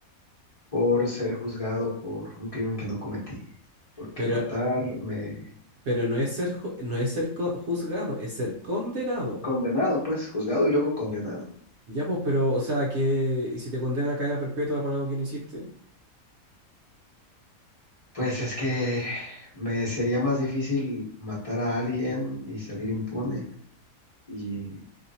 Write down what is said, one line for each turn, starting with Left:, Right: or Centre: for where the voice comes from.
Left: por ser juzgado por un crimen que no cometí. Porque
Right: pero,
Left: matar me...
Right: pero no es ser, ju- no es ser co- juzgado, es ser condenado.
Left: Condenado, pues, juzgado y luego condenado.
Right: Ya, pues, pero, o sea, que, ¿y si te condena a cadena perpetua por algo que no hiciste?
Left: Pues es que me sería más difícil matar a alguien y salir impune y